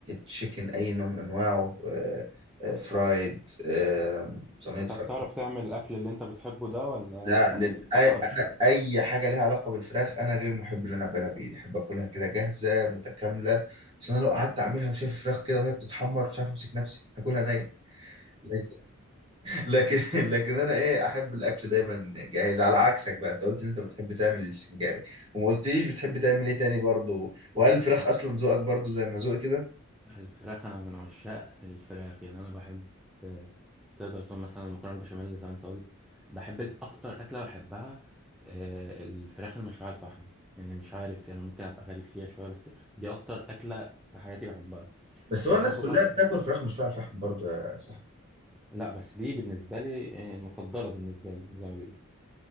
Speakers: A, on the right; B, in the centre.
A: تشيكن اي نوع من انواعه آه، آه، فرايد آه، صينيه
B: انت
A: فراخ
B: بتعرف تعمل الاكل اللي انت بتحبه ده ولا
A: لا
B: ما
A: لل...
B: بتفكرش
A: أي... انا اي حاجه ليها علاقه بالفراخ انا غير محب ان انا اقبلها بايدي احب اكلها كده جاهزه متكامله بس انا لو قعدت اعملها وشايف الفراخ كده وهي بتتحمر مش عارف امسك نفسي هاكلها ني <laughs> لكن لكن انا ايه احب الاكل دايما جاهز على عكسك بقى انت قلت ان انت بتحب تعمل السنجاري وما قلتليش بتحب تعمل ايه تاني برضه وهل الفراخ اصلا ذوقك برضه زي ما ذوقي كده
B: الفراخ أنا من عشاق الفراخ يعني أنا بحب تقدر تقول مثلا المكرونة البشاميل زي ما أنت قلت بحب الف- أكتر أكلة بحبها آه، الفراخ المشوية على الفحم يعني مش عارف يعني ممكن أبقى غريب فيها شوية بس دي أكتر أكلة في حياتي بحبها
A: بس هو
B: بحب
A: الناس
B: برضو
A: كلها بتاكل فراخ مشويه على الفحم برضه يا صاحبي
B: لا بس دي بالنسبة لي آه، المفضلة بالنسبة لي زي ما بيقولوا